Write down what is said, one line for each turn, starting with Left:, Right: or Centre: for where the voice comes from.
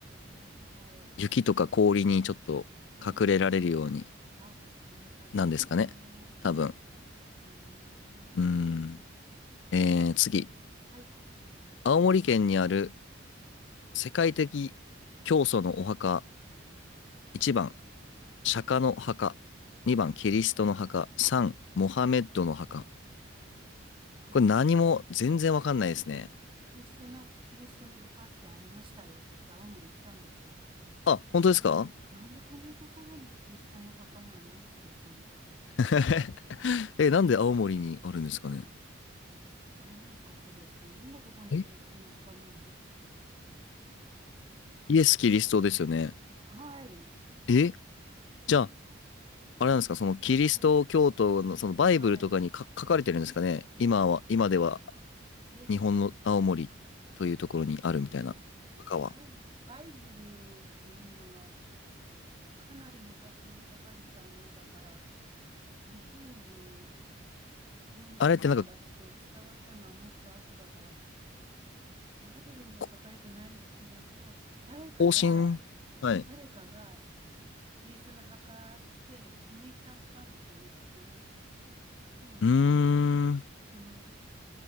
Right: なるほど。
Left: 雪とか氷にちょっと隠れられるように
Right: ええ、ええ、ええあ、なるほどね。
Left: なんですかね。多分。
Right: うーん、
Left: うーん。
Right: すごいですね。
Left: えー、次。
Right: はい。
Left: 青森県にある世界的教祖のお墓、1番、釈迦の墓、2番、キリストの墓、3、モハメッドの墓。
Right: ああ、
Left: これ何も全然わかんないですね。
Right: キリストの、キリストの墓ってありましたよ。私、青森行ったんですけど。
Left: あ、本当ですか
Right: なんでこんなところにキリストの墓なのって感じでしたね。
Left: <laughs> え、なんで青森にあるんですかね。
Right: わかんなかったです。なんでここにキリストの墓なのって。
Left: えイエス・
Right: はい。
Left: キリストですよね。
Right: はい。
Left: えじゃあ、あれなんですか、そのキリスト教徒のそのバイブルとかにか書かれてるんですかね。
Right: え、はい。
Left: 今は、今では
Right: え、い
Left: 日本の青森というところにあるみたいな墓は。
Right: や、バイ、バイブルっていうのは、かなり昔に書かれたものだから、日本に伝道師さんが来て伝わったのはもっと後だから、
Left: あれってなんか、
Right: バイブルには書かれてないけれど、
Left: こ
Right: 誰かが、
Left: 更新はい。
Right: 誰かがキリストの墓って決めちゃったんですよね、きっとね。でも別に、
Left: うーん。
Right: その、